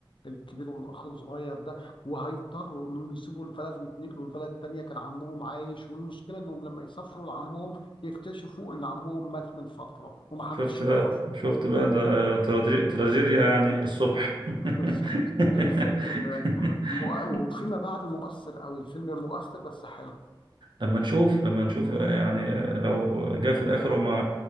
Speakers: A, on the left; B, on the right.
A: الكبير والأخ الصغير ده وهيضطروا إنهم يسيبوا البلد ويتنقلوا لبلد تانية كان عمهم عايش والمشكلة إنهم لما يسافروا لعمهم يكتشفوا إن عمهم مات من فترة ومحدش
B: شفت بقى
A: يعرفه
B: شفت بقى ده تراجي- تراجيديا يعني للصبح <laughs>
A: بالظبط الفيلم آه، مؤ- وفيما بعد مؤثر قوي الفيلم مؤثر بس حلو
B: لما نشوف لما نشوف يعني لو جه في الاخر وما